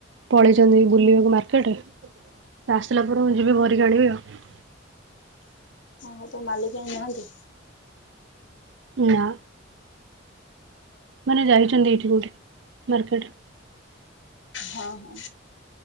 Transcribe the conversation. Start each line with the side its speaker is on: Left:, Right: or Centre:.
Right: ପଳେଇଛନ୍ତି ବୁଲିବାକୁ ମାର୍କେଟ ସେ ଆସିଲା ପରେ ମୁଁ ଯିବି ଭରିକି ଆଣିବି ଆଉ।
Left: ହଁ ତ ମାଲିକଣି ନାହାନ୍ତି।
Right: ନା। ମାନେ ଯାଇଛନ୍ତି ଏଠି କଉଠି ମାର୍କେଟ।
Left: ହଁ ହଁ